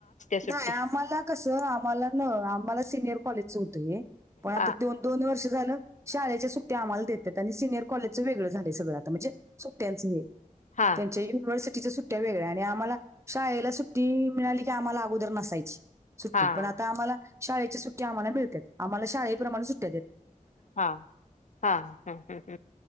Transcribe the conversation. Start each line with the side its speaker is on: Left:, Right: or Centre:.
Left: सुट्टी
Right: नाही आम्हाला कसं आम्हाला न आम्हाला सिनियर कॉलेजच होतंय पण आता
Left: हा
Right: त दोन वर्ष झालं शाळेच्या सुट्ट्या आम्हाला देतात आणि सिनियर कॉलेजचं वेगळ झा सगळं म्हणजे सुट्ट्यांच
Left: हा
Right: त्यांच्या युनिव्हर्सिटी सु सुट्ट्या वेगळ्या आणि आम्हाला शाळेला सुट्टी मिळाली की आम्हाला अगोदर नसायची सुट्टी
Left: हा हा
Right: पण आता आम्हाला शाळेच्या सु्टी आम्हाला मिळतात आम्हाला शाळेप्रमाणे सुट्ट
Left: हा हा हम्म हम्म